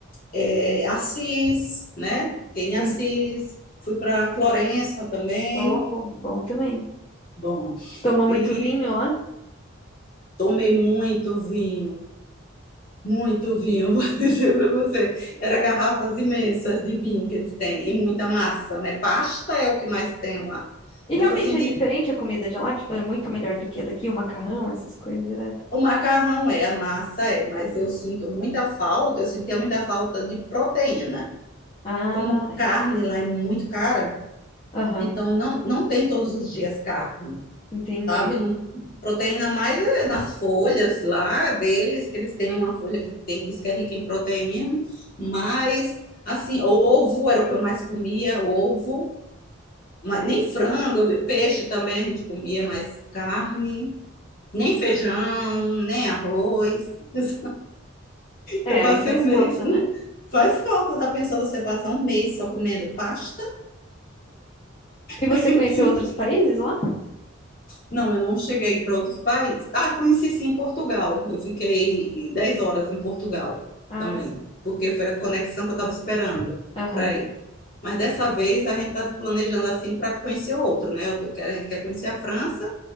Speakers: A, on the left; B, on the left.
A: é, Assis, né? Fiquei
B: Sim.
A: em Assis, fui para Florença também.
B: Oh, bom também.
A: Bom,
B: Toma muito
A: e
B: vinho lá.
A: tomei muito vinho. Muito vinho, <laughs> vou dizer para você. Era garrafas imensas de vinho que eles têm e muita massa, né? Pasta é o que mais tem lá.
B: E realmente
A: Eu só senti
B: é diferente a comida de lá, tipo, é muito melhor do que a daqui, o macarrão, essas coisas, né?
A: o macarrão é, a massa é, mas eu sinto muita falta, eu sentia muita falta de proteína.
B: Ah,
A: Como carne lá é muito cara,
B: aham,
A: então não, não tem todos os dias carne.
B: entendi.
A: sabe? Não, proteína mais é nas folhas lá deles, que eles têm uma folha que tem, diz que é rica em proteína, mas assim, ovo era o que eu mais comia, ovo, mas nem frango, eu peixe também a gente comia, mas carne, nem feijão, nem arroz. <laughs> Assim,
B: É,
A: eu passei
B: aí faz
A: um mês,
B: falta,
A: um-
B: né?
A: faz falta, já pensou você passar um mês só comendo pasta?
B: E você
A: <laughs>
B: conheceu outros países lá?
A: Não, eu não cheguei para outros países. Ah, conheci sim Portugal. Eu fiquei 10 horas em Portugal
B: Ah,
A: também,
B: sim.
A: porque foi a conexão que eu estava esperando
B: Aham.
A: para ir. Mas dessa vez a gente está planejando assim para conhecer outro, né? Eu tô- quero- a gente quer conhecer a França